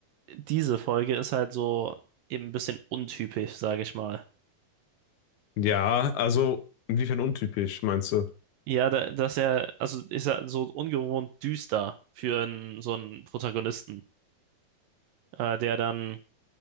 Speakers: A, on the right (about 70°); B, on the left (about 75°).
A: diese Folge ist halt so eben ein bisschen untypisch, sage ich mal.
B: Ja, also inwiefern untypisch, meinst du?
A: Ja, da, dass er, also ist er so ungewohnt düster für einen, so einen Protagonisten, äh, der dann,